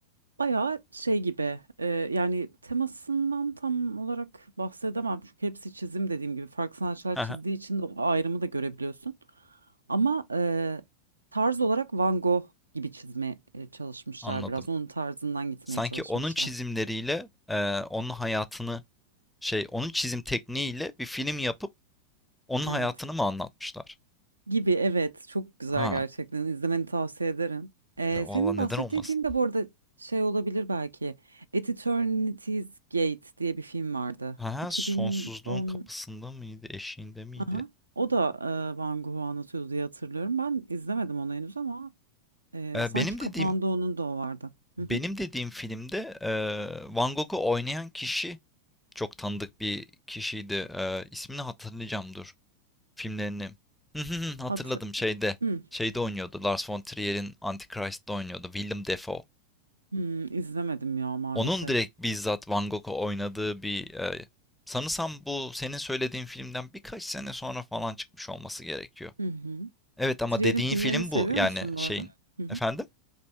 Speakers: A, on the right (about 80°); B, in the centre.
A: Bayağı şey gibi e, yani temasından tam olarak bahsedemem çünkü hepsi çizim dediğim gibi farklı sanatçılar
B: Hı
A: çizdiği
B: hı,
A: için de o ayrımı da görebiliyorsun. Ama e, tarz olarak Van Gogh gibi çizmeye e, çalışmışlar
B: Anladım.
A: biraz onun tarzından gitmeye
B: Sanki
A: çalışmışlar.
B: onun çizimleriyle eee, onun hayatını şey onun çizim tekniğiyle bir film yapıp Onun
A: Evet
B: hayatını mı anlatmışlar?
A: gibi evet çok güzel
B: Ha,
A: gerçekten izlemeni tavsiye ederim. E,
B: ne, valla
A: senin
B: neden
A: bahsettiğin
B: olmasın?
A: film de bu arada şey olabilir belki At Eternity's Gate diye bir film vardı.
B: Ha,
A: 2010
B: sonsuzluğun kapısında mıydı, eşiğinde miydi?
A: Aha. O da e, Van Gogh'u anlatıyordu diye hatırlıyorum. Ben izlemedim onu henüz ama e,
B: Ee,
A: sanki
B: benim
A: kapağında
B: dediğim
A: onun da o vardı.
B: benim
A: Hı hı.
B: dediğim filmde e, Van Gogh'u oynayan kişi çok tanıdık bir kişiydi. Ee, ismini hatırlayacağım dur. Filmlerini. Hı hı hı, Hatırladım
A: Hatı
B: şeyde.
A: hı.
B: Şeyde oynuyordu. Lars von Trier'in Antichrist'te oynuyordu. Willem Dafoe.
A: Hı, izlemedim ya maalesef.
B: Onun direkt bizzat Van Gogh'u oynadığı bir e, sanırsam bu senin söylediğin filmden birkaç sene sonra falan çıkmış olması gerekiyor.
A: Hı hı.
B: Evet ama
A: Trier'in
B: dediğin
A: filmlerini
B: film
A: seviyor
B: bu yani
A: musun
B: şeyin.
A: bu arada? Hı hı.
B: Efendim?